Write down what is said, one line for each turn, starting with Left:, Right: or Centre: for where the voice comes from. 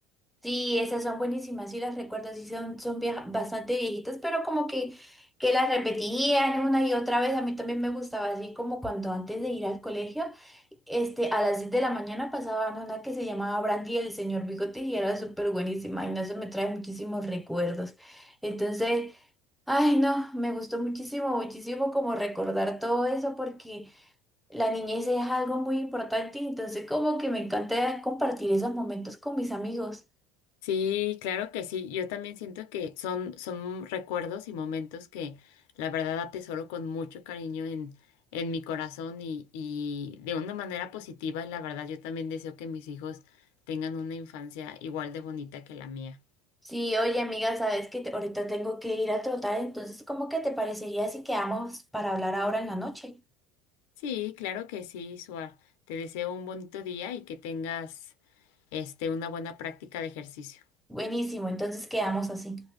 Centre: Sí, esas son buenísimas, sí las recuerdo, sí son, son vieja- bastante viejitas, pero como que, que las repetían una y otra vez, a mí también me gustaba, así como cuando antes de ir al colegio, este, a las 10 de la mañana pasaban una que se llamaba Brandy y el señor Bigote y era súper buenísima, y no se me trae muchísimos recuerdos. Entonces, ay no, me gustó muchísimo, muchísimo como recordar todo eso porque la niñez es algo muy importante, y entonces como que me encanta compartir esos momentos con mis amigos.
Left: Sí, claro que sí. Yo también siento que son, son recuerdos y momentos que la verdad atesoro con mucho cariño en, en mi corazón y, y de una manera positiva. Y la verdad, yo también deseo que mis hijos tengan una infancia igual de bonita que la mía.
Centre: Sí, oye amiga, sabes que te- ahorita tengo que ir a trotar, entonces ¿cómo que te parecería si quedamos para hablar ahora en la noche?
Left: Sí, claro que sí, Suar. Te deseo un bonito día y que tengas este, una buena práctica de ejercicio.
Centre: Buenísimo, entonces quedamos así.